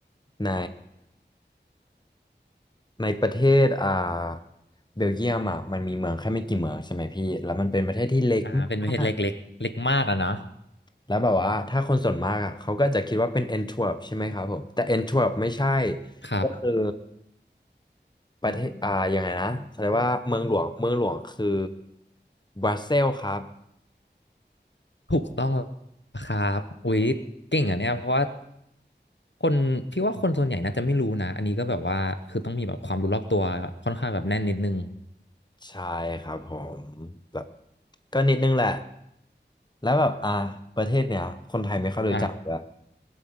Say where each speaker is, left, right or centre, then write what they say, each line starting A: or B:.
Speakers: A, on the left; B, on the left.
A: ในในประเทศอ่าเบลเยียมอ่ะมันมีเมืองแค่ไม่กี่เมืองใช่ไหมพี่แล้วมันเป็นประเทศที่เล็กมาก
B: อ่าเป็นประเทศเล็กๆเล็กมากอะนะ
A: แล้วแบบว่าถ้าคนส่วนมากอ่ะเขาก็จะคิดว่าเป็นแอนทเวิร์ปใช่ไหมครับผมแต่แอนทเวิร์ปไม่ใช่
B: ครับ
A: ก็คือประเทศอ่ายังไงนะเขาเรียกว่าเมืองหลวงเมืองหลวงคือบรัสเซลส์ครับ
B: ถูกต้องครับอุ๊ยเก่งอ่ะเนี่ยเพราะว่าคนพี่ว่าคนส่วนใหญ่น่าจะไม่รู้นะอันนี้ก็แบบว่าคือต้องมีแบบความรู้รอบตัวค่อนข้างแบบแน่นนิดนึง
A: ใช่ครับผมแบบก็นิดนึงแหละแล้วแบบอ่าประเทศเนี้ยคนไทยไม่ค่อยรู้จักเลย
B: อ่ะ